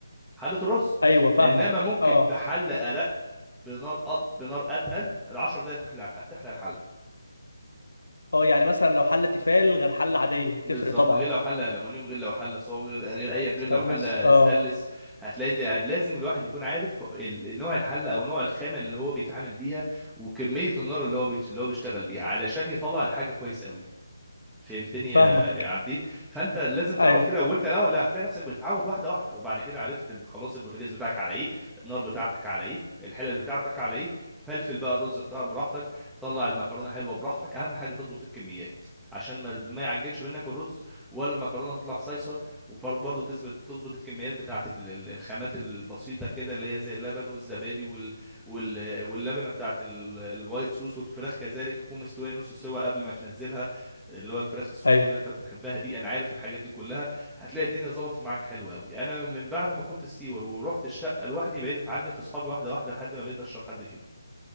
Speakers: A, in the centre; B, on the left.
A: حلة الرز
B: ايوه فاهمك
A: إنما ممكن
B: اه
A: بحلة أرق بنار أض... بنار أتقل ال 10 دقايق تحلى الح- تحلى الحلة
B: اه يعني مثلا لو حله تيفال غير حله عاديه
A: بالظبط
B: تفرق طبعا
A: غير لو حله المونيوم غير لو حله صاج غير غير اي غير
B: استنس
A: لو حله
B: اه
A: ستانلس هتلاقي ده لازم الواحد يكون عارف ال- نوع الحله او نوع الخامه اللي هو بيتعامل بيها وكميه النار اللي هو بيت- اللي هو بيشتغل بيها علشان يطلع الحاجه كويس قوي فهمتني
B: فاهمك
A: يا يا عابدين فانت لازم تعرف
B: ايوه
A: كده وانت الاول لا هتلاقي نفسك بتتعود واحده واحده وبعد كده عرفت ال- خلاص البوتاجاز بتاعك على ايه النار بتاعتك على ايه الحلل بتاعتك على ايه فلفل بقى الرز بتاعك براحتك طلع المكرونه حلوه براحتك اهم حاجه تظبط الكميات عشان ما ما يعجنش منك الرز ولا المكرونه تطلع صيصه وبرضه تظبط تظبط الكميات بتاعت ال- ال- الخامات البسيطه كده اللي هي زي اللبن والزبادي وال... وال... واللبنه بتاعت ال- الوايت صوص والفراخ كذلك تكون مستويه نص سوا قبل ما تنزلها اللي هو الفراخ الصدور
B: ايوه
A: اللي انت بتحبها دي انا عارف الحاجات دي كلها هتلاقي الدنيا ظبطت معاك حلو قوي انا من بعد ما كنت ستيور ورحت الشقه لوحدي بقيت اتعلم في اصحابي واحده واحده لحد ما بقيت اشهر حد فيهم